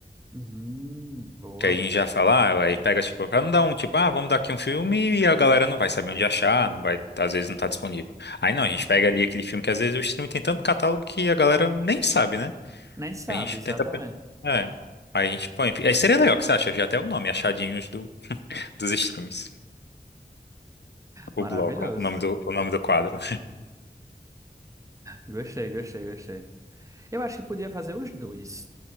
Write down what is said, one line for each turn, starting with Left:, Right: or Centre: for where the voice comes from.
Right: Hum, boa.
Left: Que aí a gente já fala, ah, aí pega, tipo, pra não dar um, tipo, ah, vamos dar aqui um filme e a galera não vai saber onde achar, não vai, às vezes não tá disponível. Aí não, a gente pega ali aquele filme que às vezes o streaming tem tanto catálogo que a galera nem sabe, né?
Right: Nem sabe,
Left: A gente
Right: exatamente.
Left: tenta. pe- É. Aí a gente põe. Aí seria legal, o que você acha? Já até o nome, Achadinhos do, dos Streams. O
Right: Maravilhoso.
Left: bloco, o nome do, o nome do quadro.
Right: Gostei, gostei, gostei. Eu acho que podia fazer os dois.